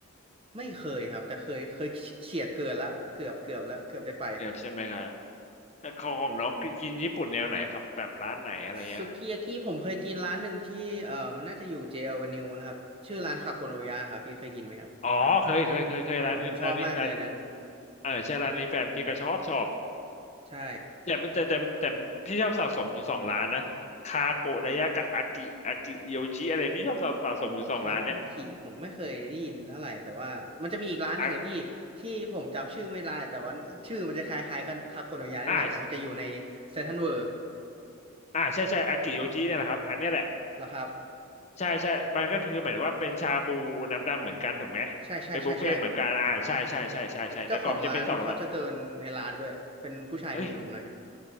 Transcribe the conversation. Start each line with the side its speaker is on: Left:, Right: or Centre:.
Right: ไม่เคยครับแต่เคยเคยเฉียดเกินละเกือบเกือบแล้วเกือบได้ไป
Left: เนี่ยใช่ไหมครับแล้วของน้องกินกินญี่ปุ่นแนวไหนครับแบบร้านไหนอะไรเงี้ย
Right: สุกิยากิผมเคยกินร้านหนึ่งที่เออมันน่าจะอยู่เจอ v ว n u ิวมั้งครับชื่อร้านคาโกโนยะครับพี่เคยกินไหมครับ
Left: อ๋อเคยเคยเคยเคยร้านนี้ร้านนี้ร้าน
Right: อ่ะผมชอบมากเลยอันนั้น
Left: เออใช่ร้านนี้แฟนพี่ก็ชอบชอบ
Right: ใช่
Left: แต่มันแต่แต่แต่พี่ชอบสะสมอยู่สองร้านนะคาโกะดายะกับอากิอากิโยชิอะไรพี่ชอบสะสมอยู่สองร้านเนี่ย
Right: คากิผมไม่เคยได้ยินเท่าไหร่แต่ว่ามันจะมีอีกร้านหนึ่งอะพี่ที่ผมจำชื่อไม่ได้แต่ว่าชื่อมันจะคล้ายๆกันคาโกโนยะนี่แหละแต่มันจะอยู่ใน
Left: อ่ะอ่า
Right: เซนทรัลเวิลด์
Left: อ่าใช่ใช่อากิโยชิเนี่ยแหละครับอันเนี้ยแหละ
Right: เหรอครับ
Left: ใช่ใช่มันก็คือเหมือนว่าเป็นชาบูน้ำดำเหมือนกันถูกไหม
Right: ใช่ใช่ใช่ใช่
Left: เป็นบุฟเฟ่ต์เหมือนกันอ่าใช่ใช่ใช่ใช่ใช่แต่ก่อนมันจะเป็นสองละ
Right: เจ้าของร้านเขาจะเดินในร้านด้วยเป็นผู้ชายหนุ่มๆหน่อย
Left: เอ้ย